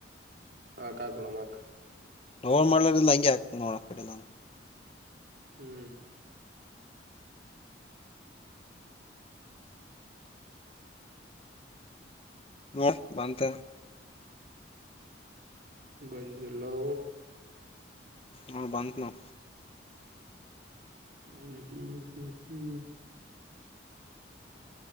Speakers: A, on the right; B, on the left.
A: ಆ ಕಾ ಗುಣಮಕ್
B: ನೋ ಮಾಡಲಿಲ್ಲ ಹಂಗೆ ಆಕ್ತ ನೋಡಕ್ಡ ನವು
A: ಹ್ಮ್
B: ಹ ಬಂತ
A: ಬಂದಿಲೋ
B: ಹ ಬಂತ ನ
A: ಹ್ಮ್ ಹ್ಮ್ ಹ್ಮ್ ಹ್ಮ್